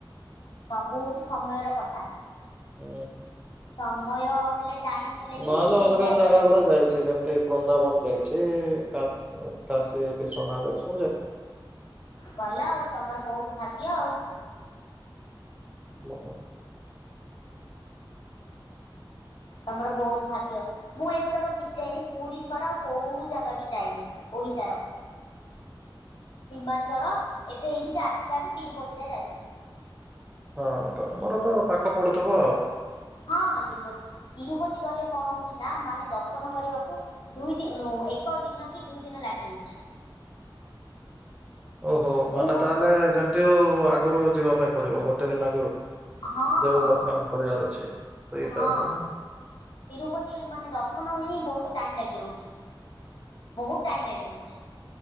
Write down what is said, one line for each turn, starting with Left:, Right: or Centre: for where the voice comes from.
Left: ସବୁ ହଉଛି ସମୟର କଥା।
Right: ହୁଁ।
Left: <inaudible> ସମୟ ହେଲେ ଟାଇମ ହେଲେ ହିଁ
Right: ନହେଲେ ଅଲଗା
Left: ଯାଇପାରିବ।
Right: ଜାଗା ଗୁଡା ଯାଇଛି। ଯେମିତି ଏତେ ବୃନ୍ଦାବନ ଯାଇଛି। କାଶି କାଶି ବିଶ୍ୱନାଥ ଏ ସବୁ ଯାଇନି।
Left: ଭଲ ଆଉ ତମର ବହୁତ ଭାଗ୍ୟ ଆଉ
Right: <inaudible>
Left: ତମର ବହୁତ ଭାଗ୍ୟ। ମୁଁ ଏଇଗୁଡାକ କିଛି ଯାଇନି। ପୁରୀ ଛଡା ଆଉ କୋଉ ଜାଗା ବି ଯାଇନି। ଓଡ଼ିଶାର ସିମାଚଳ, ଏବେ ଏଇଠିକି ଆସିଲାଠୁ ତିରୁପତି ଟା ଯାଇଚି।
Right: ହଁ ତମର ତ ପାଖ ପଡୁଥିବ ଆଉ।
Left: ହଁ ହଁ ତିରୁପତି। ତିରୁପତି ଗଲେ କଣ ହଉଚି ନା ମାନେ ଦର୍ଶନ କରିବାକୁ ଦୁଇଟି ଉଁ ଏକ ଦିନ କି ଦୁଇ ଦିନ ଲାଗିଯାଉଚି।
Right: ଓହୋ
Left: ବହୁ
Right: ମାନେ ତାହେଲେ ଯେମତି ହଉ ଆଗରୁ ଯିବା ପାଇଁ ପଡିବ। ଗୋଟେ ଦିନ ଆଗରୁ।
Left: ହଁ
Right: ଯେବେ
Left: ହଁ
Right: ଦର୍ଶନ
Left: ହଁ
Right: କରିବାର ଅଛି। ସେଇ ହିସାବରେ
Left: ହଁ
Right: ନା।
Left: ତିରୁପତି ମାନେ ଦର୍ଶନ ହିଁ ବହୁତ ଟାଇମ୍ ଲାଗିଯାଉଚି। ବହୁତ ଟାଇମ୍ ଲାଗି ଯାଉଚି।